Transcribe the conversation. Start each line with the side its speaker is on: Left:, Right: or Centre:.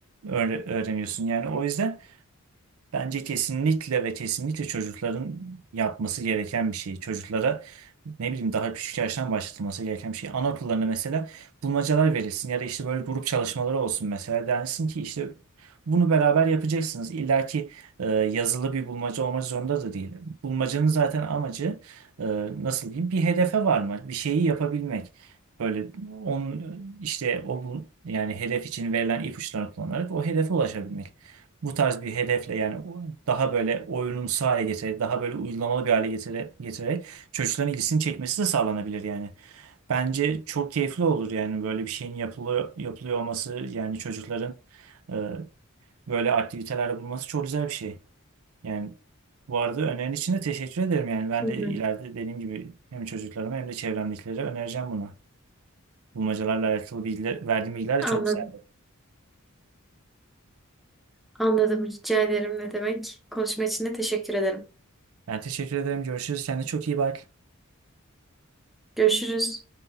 Right: öğre- öğreniyorsun. Yani o yüzden Bence kesinlikle ve kesinlikle çocukların yapması gereken bir şey. Çocuklara ne bileyim daha küçük yaştan başlatılması gereken bir şey. Anaokullarına mesela bulmacalar verilsin ya da işte böyle grup çalışmaları olsun mesela. Densin ki işte bunu beraber yapacaksınız. İlla ki e, yazılı bir bulmaca olmak zorunda da değil. Bulmacanın zaten amacı e, nasıl diyeyim bir hedefe varmak, bir şeyi yapabilmek. Böyle onun işte o bu- yani hedef için verilen ipuçlarını kullanarak o hedefe ulaşabilmek bu tarz bir hedefle yani o- daha böyle oyunumsu hale getirerek, daha böyle uygulamalı bir hale getire- getirerek çocukların ilgisini çekmesi de sağlanabilir yani. Bence çok keyifli olur yani böyle bir şeyin yapılıyor, yapılıyor olması yani çocukların e, böyle aktivitelerde bulunması çok güzel bir şey. Yani bu arada önerin için de teşekkür ederim yani ben
Centre: Hı hı.
Right: de ileride dediğim gibi hem çocuklarıma hem de çevremdekilere önereceğim bunu. Bulmacalarla alakalı bilgiler, verdiğim bilgiler
Centre: Anladım.
Right: de çok güzeldi.
Centre: Anladım. Rica ederim. Ne demek? Konuşma için de teşekkür ederim.
Right: Ben teşekkür ederim. Görüşürüz. Kendine çok iyi bak.
Centre: Görüşürüz.